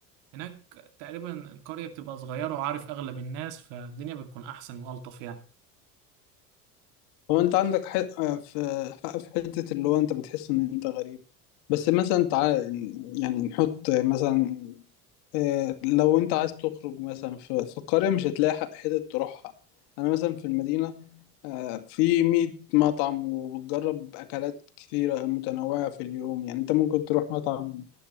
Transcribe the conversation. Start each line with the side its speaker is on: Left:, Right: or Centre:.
Right: هناك تقريبا القرية بتبقى صغيرة وعارف أغلب الناس فالدنيا بتكون أحسن وألطف يعني
Left: هو انت عندك حق في حق في حته اللي هو انت بتحس ان انت غريب بس مثلا تعال يعني نحط مثلا آه، لو انت عايز تخرج مثلا في في القرية مش هتلاقي ح- حتت تروحها انا مثلا في المدينة آه، في مية مطعم وبتجرب اكلات كتيرة متنوعة في اليوم يعني انت ممكن تروح مطعم